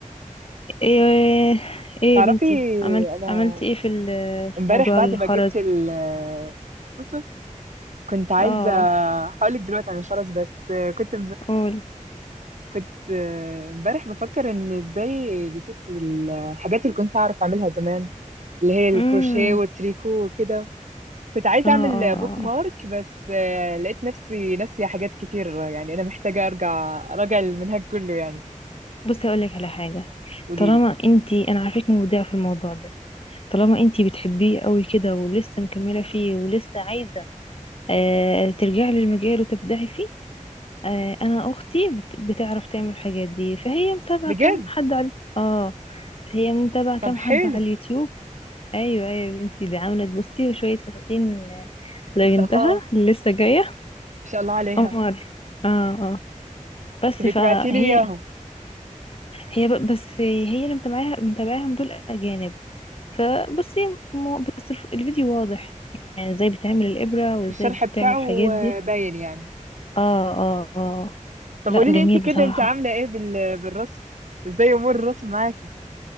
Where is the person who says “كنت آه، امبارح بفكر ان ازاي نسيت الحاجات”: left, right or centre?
Right